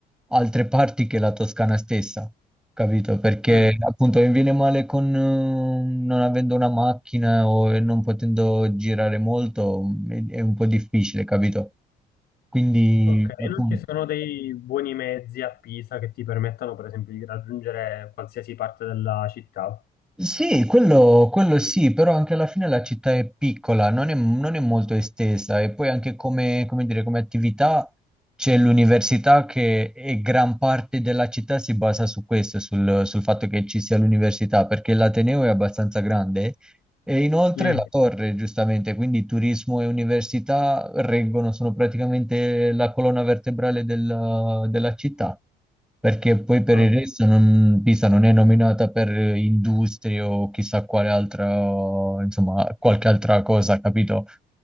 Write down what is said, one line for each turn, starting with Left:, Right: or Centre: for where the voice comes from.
Centre: altre parti che la Toscana stessa. Capito? Perché
Left: Mm.
Centre: appunto mi viene male con eh, non avendo una macchina o e non potendo girare molto, mm, è, è un po' difficile, capito? Quindi
Left: Ok, e
Centre: appunto
Left: non ci sono dei buoni mezzi a Pisa che ti permettano, per esempio, di raggiungere qualsiasi parte della città.
Centre: sì, quello, quello sì, però anche alla fine la città è piccola, non è, non è molto estesa e poi anche come, come dire, come attività c'è l'università che e gran parte della città si basa su questo, sul, sul fatto che ci sia l'università, perché l'Ateneo è abbastanza grande E inoltre
Left: Mm.
Centre: la torre, giustamente, quindi turismo e università reggono, sono praticamente la colonna vertebrale della, della città, perché poi per
Left: Ah,
Centre: il resto non- Pisa non è nominata per industrie o chissà quale altra, insomma, qualche altra cosa, capito?